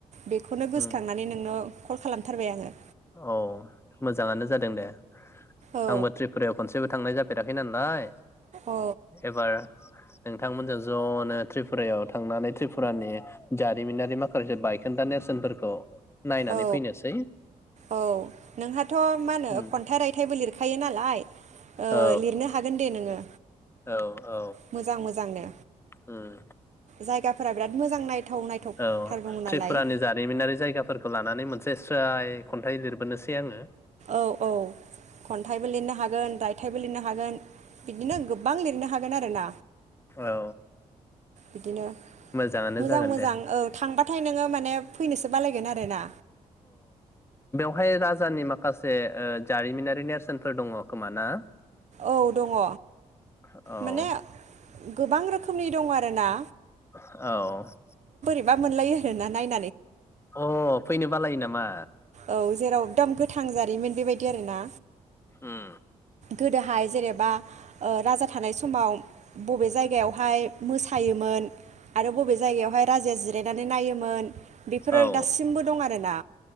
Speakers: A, on the right; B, on the left.
A: बेखौनो गोसोखांनानै
B: उम
A: नोंनो कल खालामथारबाय आङो।
B: औ मोजाङानो जादों दे
A: औ
B: आंबो त्रिपुरायाव खनसेबो थांनाय जाफेरा खै नालाय
A: औ
B: एबार नोंथांमोनजों ज' नो त्रिपुरायाव थांनानै त्रिपुरानि जारिमिनारि माखासे बायखोन्दा नेरसोनफोरखौ नायनानै
A: औ
B: फैनोसै
A: औ नोंहाथ' मा होनो
B: उम
A: खन्थाइ रायथाइबो लिरखायो नालाय ओ
B: औ
A: लिरनो हागोन दे नोङो
B: औ औ
A: मोजां मोजांनो
B: उम
A: जायगाफोरा बिराद मोजां नायथाव नायथावथार
B: औ
A: दङ
B: त्रिपुरानि
A: नालाय
B: जारिमिनारि जायगाफोरखौ लानानै मोनसे स्राय खन्थाइ लिरबोनोसै आङो
A: औ औ खन्थाइबो लिरनो हागोन रायथाइबो लिरनो हागोन बिदिनो गोबां लिरनो हागोन आरोना
B: औ
A: बिदिनो
B: मोजाङानो
A: मोजां
B: जागोन
A: मोजां
B: दे
A: औ थांबाथाय नोङो माने फैनोसो बालायगोन आरोना।
B: हाय राजानि माखासे ओ जारिमिनारि नेरसोनफोर दङ खोमा ना?
A: औ दङ।
B: औ
A: माने गोबां रोखोमनि दं आरोना
B: औ
A: -बा मोनलायो आरोना नायनो
B: अ फैनो बालायो नामा
A: औ जेराव एकदम गोथां जारिमिन बेबायदि आरोना
B: उम
A: गोदोहाय जेनेबा ओ राजा थानाय समाव बबे जायगायावहाय मोसा थायोमोन आरो बबे जायगायावहाय राजाया जिरायनानै नायोमोन बेफोरो
B: औ
A: दासिमबो दं आरोना